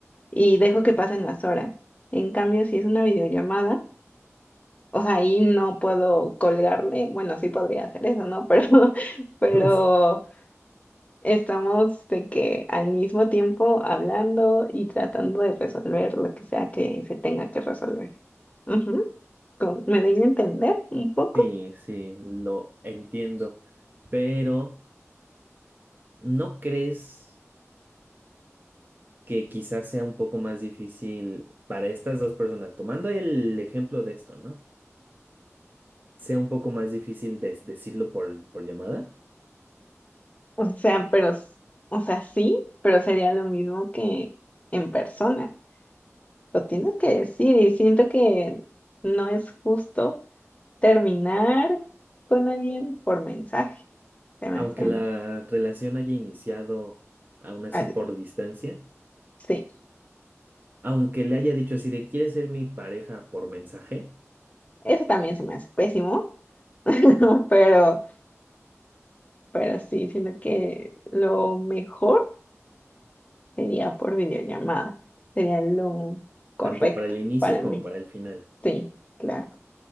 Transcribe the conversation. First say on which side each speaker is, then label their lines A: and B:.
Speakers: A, on the left (about 25°); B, on the right (about 40°).
A: y dejo que pasen las horas. En cambio, si es una videollamada, o sea, ahí no puedo colgarle, bueno, sí podría hacer eso, ¿no? <laughs> Pero,
B: <laughs>
A: pero
B: Pues,
A: estamos de que al mismo tiempo hablando y tratando de resolver lo que sea que se tenga que resolver. Ujú, con- ¿Me doy a entender un poco?
B: Sí, sí, lo entiendo, pero ¿no crees que quizás sea un poco más difícil para estas dos personas? Tomando el ejemplo de esto, ¿no? sea un poco más difícil de- decirlo por, por llamada,
A: O sea, pero, s- o sea, sí, pero sería lo mismo que en persona. Lo tienes que decir y siento que no es justo terminar con alguien por mensaje. Se me
B: aunque
A: hacen,
B: la relación haya iniciado aún así
A: ah,
B: por distancia,
A: sí,
B: aunque le haya dicho así de quieres ser mi pareja por mensaje,
A: eso también se me hace pésimo, <laughs> pero, pero sí, siento que lo mejor sería por videollamada. Sería lo correcto
B: tanto para el inicio
A: para
B: como
A: mí.
B: para el final.
A: Sí, claro.